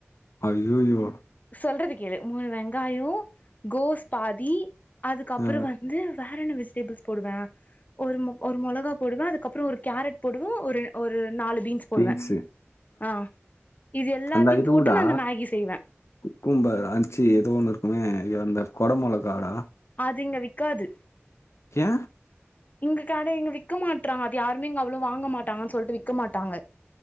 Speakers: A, on the left; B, on the left.
A: ஐய்யயோ
B: சொல்றது கேளு மூணு வெங்காயோ கோஸ் பாதி அதுக்கப்றோ
A: ஆ
B: வ ந்து வேறென்ன வெஜிடெபிள்ஸ் போடுவ ஒரு மொ ஒரு மொளகாப் போடுவ அதுக்கப்றோ ஒரு கேரட் போடுவ ஒரு ஒரு நாலு பீன்ஸ் போடுவ
A: பீன்ஸு
B: ஆ இது எல்லாத்தியு
A: அந்த இதுவுடா
B: போட்டு நானு மேகி செய்வ
A: குக்கும்பர் அ ச்சீ ஏதோ ஒன்னு இருக்குமே அய்யோ அந்த கொட மொளகாடா
B: அது இங்க வி்க்காது
A: ஏ
B: இங்க கட இங்க விக்க மாட்ராங்க அது யாருமே இங்க அவ்ளோ வாங்க மாட்டாங்கன்னு சொல்ட்டு விக்க மாட்டாங்க